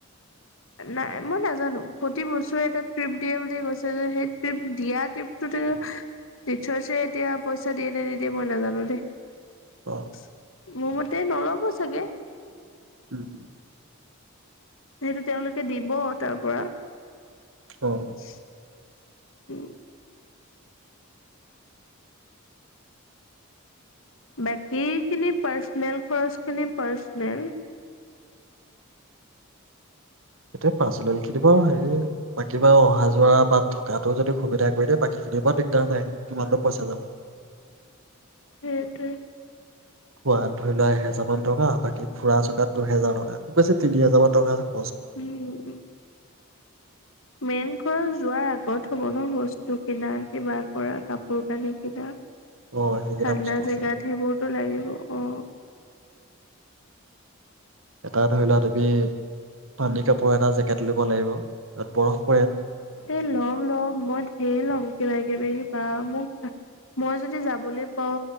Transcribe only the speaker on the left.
নাই মই নাজানো প্ৰতি বছৰে এটা ট্ৰিপ দিয়ে বুলি কৈছে যে সেই ট্ৰিপ দিয়া ট্ৰিপটো টিচৰচে এতিয়া পইচা দিয়ে নে নিদিয়ে মই নাজানো দেই।
মম তে নল'ব চাগে
সেইটো তেওঁলোকে দিব তাৰ পৰা
<inaudible> উম বাকী খিনি পাৰ্চনেল খৰচ খিনি পাৰ্চনেল
সেইটোৱে
উম উম মেইন খৰজ যোৱাৰ আগত হব ন বস্তু কিনা কিবা কৰা কাপোৰ কানি কিনা
ঠাণ্ডা
জেগাত
সেইবোৰতো লাগিব অ
এ ল'ম ল'ম মই ঢেৰ ল'ম কিবা কিবি বা মোক মই যদি যাবলৈ পাও